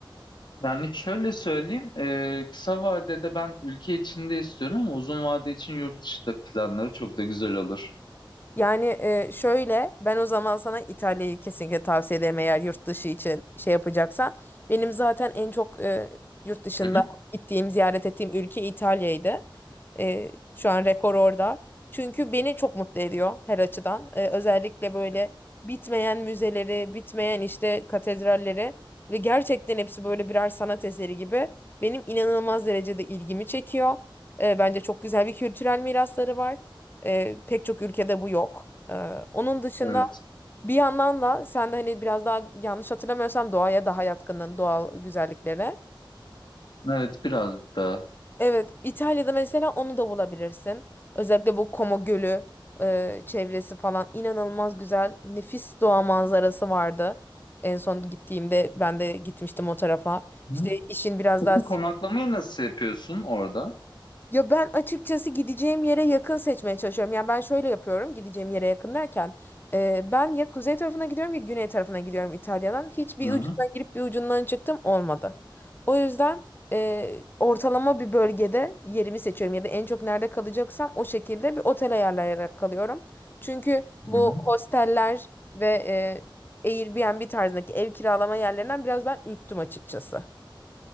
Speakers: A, on the left; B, on the left.
A: Yani şöyle söyleyeyim, e, kısa vadede ben ülke içinde istiyorum ama uzun vade için yurt dışında planları çok da güzel olur.
B: Yani e, şöyle ben o zaman sana İtalya'yı kesinlikle tavsiye ederim eğer yurt dışı için şey yapacaksan. Benim zaten en çok e, yurt dışında
A: Hı hı.
B: gittiğim, ziyaret ettiğim ülke İtalya'ydı. E, şu an rekor orada. Çünkü beni çok mutlu ediyor her açıdan. E, özellikle böyle bitmeyen müzeleri, bitmeyen işte katedralleri ve gerçekten hepsi böyle birer sanat eseri gibi benim inanılmaz derecede ilgimi çekiyor. E, bence çok güzel bir kültürel mirasları var. Ee, pek çok ülkede bu yok. Ee, onun dışında
A: Evet,
B: bir yandan da sen de hani biraz daha yanlış hatırlamıyorsam doğaya daha yatkının doğal güzelliklere.
A: evet biraz daha.
B: Evet, İtalya'da mesela onu da bulabilirsin. Özellikle bu Como Gölü e, çevresi falan inanılmaz güzel, nefis doğa manzarası vardı. En son gittiğimde ben de gitmiştim o tarafa.
A: Hı
B: İşte
A: hı.
B: işin biraz
A: Peki
B: daha
A: konaklamayı nasıl yapıyorsun orada?
B: Ya ben açıkçası gideceğim yere yakın seçmeye çalışıyorum. Yani ben şöyle yapıyorum gideceğim yere yakın derken. e, ben ya kuzey tarafına gidiyorum ya güney tarafına gidiyorum İtalya'dan. Hiçbir
A: Hı
B: ucundan
A: hı.
B: girip bir ucundan çıktım olmadı. O yüzden e, ortalama bir bölgede yerimi seçiyorum. Ya da en çok nerede kalacaksam o şekilde bir otel ayarlayarak kalıyorum. Çünkü bu
A: Hı hı.
B: hosteller ve e, Airbnb tarzındaki ev kiralama yerlerinden biraz ben ürktüm açıkçası.